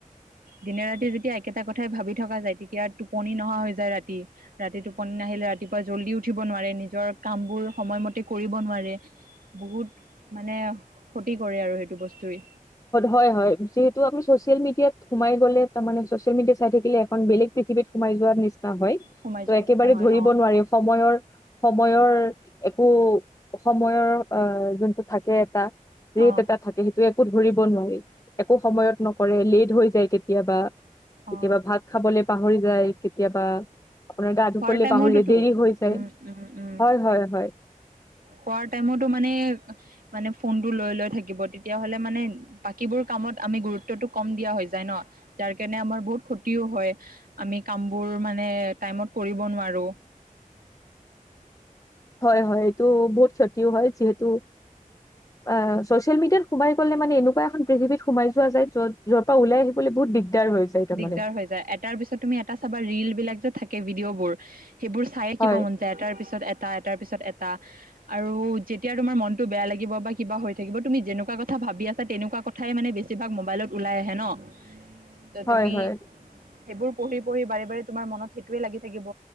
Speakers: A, on the right; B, on the left.
A: দিনে ৰাতি যেতিয়া একেটা কথাই ভাবি থকা যায়, তেতিয়া টোপনি নহা হৈ যায় ৰাতি। ৰাতি টোপনী নাহিলে ৰাতিপুৱা জল্দি উঠিব নোৱাৰে, নিজৰ কাম বোৰ সময়মতে কৰিব নোৱাৰে। বহুত মানে ক্ষতি কৰে আৰু সেইটো বস্তুৱে।
B: হয়, হয়, যিহেতু আমি চছিয়েল মিডিয়াত সোমাই গ'লে তাৰমানে চছিয়েল মিডিয়াত চাই থাকিলে এখন বেলেগ পৃথিৱীত সোমাই যোৱাৰ নিচিনা হয়,
A: সোমাই
B: ত'
A: যোৱা
B: একেবাৰে
A: নিচিনা হয়
B: ধৰিব
A: অ
B: নোৱাৰি, সময়ৰ সময়ৰ একো সময়ৰ আ, যোনটো থাকে এটা। ৰেট
A: অ
B: এটা থাকে, সেইটো একোত ধৰিব নোৱাৰি, একো সময়ত নকৰে, লেট হৈ যায় কেতিয়াবা। কেতিয়াবা
A: অ
B: ভাত খাবলৈ পাহৰি যায়, কেতিয়াবা আপোনাৰ গা
A: খোৱাৰ
B: ধুবলে
A: টাইমতোতো
B: পাহৰেই, দেৰি হৈ যায়,
A: উম উম উম
B: হয় হয় হয়।
A: খোৱাৰ টাইমতো মানে- মানে ফোনটো লৈ লৈ থাকিব, তেতিয়া হ'লে মানে বাকীবোৰ কামত আমি গুৰুত্বটো কম দিয়া হৈ যায় ন, যাৰ কাৰণে আমাৰ বহুত ক্ষতিও হয়। আমি কামবোৰ মানে টাইমত কৰিব নোৱাৰো।
B: হয়, হয় এইটো বহুত ক্ষতিও হয়, যিহেতু অ' চ'ছিয়েল মিডিয়াত সোমাই গ'লে মানে, এনেকুৱা এখন পৃথিৱীত সোমাই যোৱা যায় যত যৰ পৰা ওলাই আহিবলৈ বহুত দিগদাৰ হৈ যায় তাৰমানে।
A: দিগদাৰ হৈ যায়, এটাৰ পিছত তুমি এটা চাবা ৰিল বিলাক যে থাকে, ভিডিঅ' বোৰ সেইবোৰ চাইয়ে
B: হয়,
A: কিবা মন এটাৰ পিছত এটা, এটাৰ পিছত এটা। আৰু যেতিয়া তোমাৰ মনটো বেয়া লাগিব বা কিবা হৈ থাকিব, তুমি যেনেকুৱা কথা ভাবি আছা তেনেকুৱা কথা ঠাই মানে বেছিভাগ মোবাইলত ওলাই আহে ন। ত
B: হয়,
A: তুমি
B: হয়,
A: সেইবোৰ পঢ়ি পঢ়ি বাৰে বাৰে তোমাৰ মনত সেইটোয়ে লাগি থাকিব।